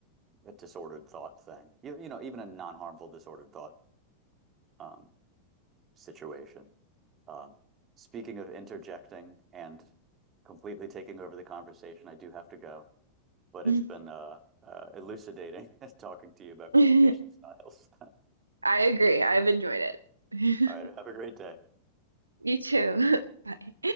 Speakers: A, on the right; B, on the right.
A: a disordered thought thing. You, you know, even a non-harmful disordered thought um, situation. Uh, speaking of interjecting and completely taking over the conversation, I do have to go, but
B: <laughs>
A: it's been uh, uh, elucidating <laughs> talking to you about communication
B: I
A: styles.
B: agree. I've enjoyed
A: <laughs>
B: it.
A: All right,
B: <laughs>
A: have a great day.
B: You too. <laughs> Bye.